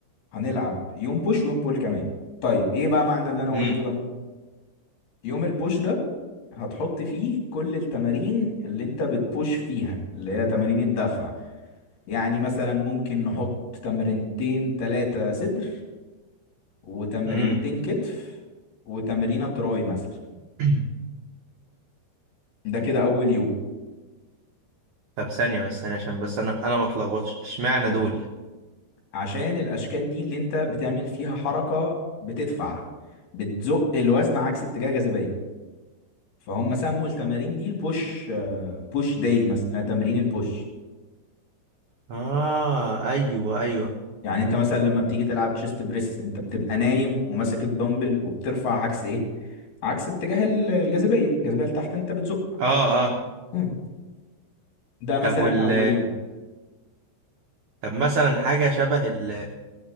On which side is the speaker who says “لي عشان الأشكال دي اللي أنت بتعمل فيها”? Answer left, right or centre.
Left